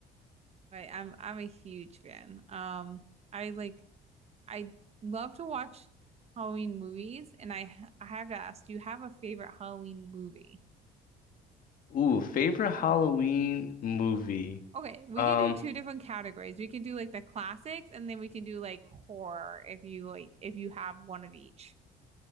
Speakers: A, on the right; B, on the left.
A: but I'm I'm a huge fan. Um, I like I love to watch Halloween movies, and I I have to ask, do you have a favorite Halloween movie?
B: Ooh, favorite Halloween movie.
A: Okay, we
B: Um,
A: can do two different categories. We can do like the classics, and then we can do like horror if you like if you have one of each.